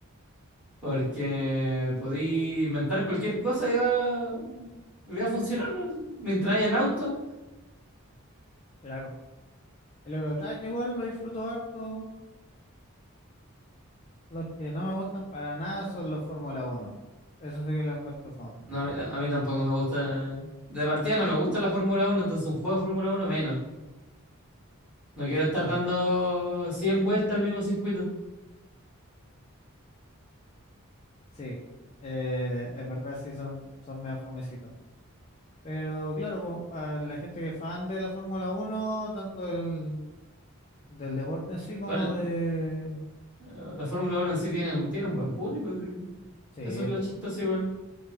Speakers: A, in the centre; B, on the left.
A: Porque podí inventar cualquier cosa y va, y va a funcionar, ¿no? Mientras hayan autos
B: Claro. El Eurotrack igual lo disfruto harto. Los que no me gustan para nada son los Fórmula Uno Eso sí que lo encuentro fome.
A: No, a mí, a mí tampoco me gusta. De partida no me gusta la Fórmula uno entonces un juego de Fórmula uno menos. No quiero estar
B: Claro,
A: dando 100 vueltas al mismo circuito.
B: sí. Eh, es verdad, sí, son, son medio fomecitos. Pero claro, po, a la gente que es fan de la Fórmula Uno tanto del, del deporte en sí como
A: Igual,
B: de...
A: eh, la Fórmula uno en sí tiene, tiene un buen público, sí.
B: Sí,
A: Eso es lo
B: po,
A: chistoso igual.